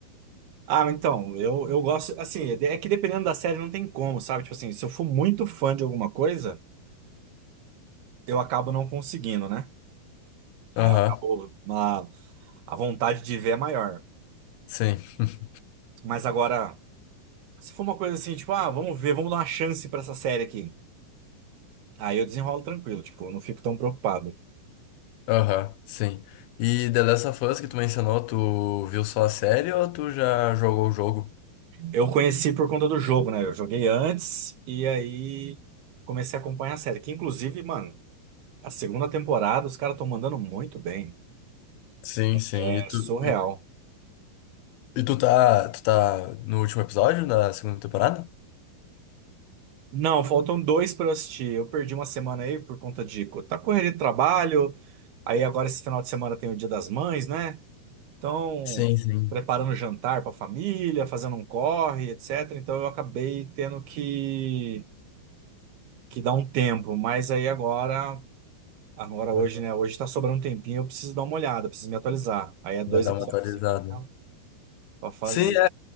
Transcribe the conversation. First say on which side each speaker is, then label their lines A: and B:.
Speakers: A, on the right; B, on the left.
A: Ah, mas então, eu, eu gosto, assim, é que dependendo da série não tem como, sabe? Tipo assim, se eu for muito fã de alguma coisa, eu acabo não conseguindo, né?
B: Aham,
A: Aí acabou uma, a vontade de ver é maior.
B: sim. <laughs>
A: Mas agora, se for uma coisa assim, tipo, ah, vamos ver, vamos dar uma chance pra essa série aqui. Aí eu desenrolo tranquilo, tipo, eu não fico tão preocupado.
B: Aham, sim. E The Last of Us que tu mencionou, tu viu só a série ou tu já jogou o jogo?
A: Eu conheci por conta do jogo, né? Eu joguei antes e aí comecei a acompanhar a série. Que inclusive, mano, a segunda temporada os caras estão mandando muito bem.
B: Sim, sim.
A: É
B: E tu.
A: surreal.
B: E tu tá, tu tá no último episódio da segunda temporada?
A: Não, faltam dois pra eu assistir. Eu perdi uma semana aí por conta de co- tá correria de trabalho. Aí agora esse final de semana tem o Dia das Mães, né? Então,
B: Sim, sim.
A: preparando jantar pra família, fazendo um corre, etc. Então eu acabei tendo que que dar um tempo, mas aí agora Agora hoje,
B: Ah,
A: né? Hoje tá sobrando um tempinho, eu preciso dar uma olhada, preciso me atualizar. Aí é dois
B: Vai dar
A: episódios
B: uma atualizada.
A: cinco pra pra fazer.
B: Sim,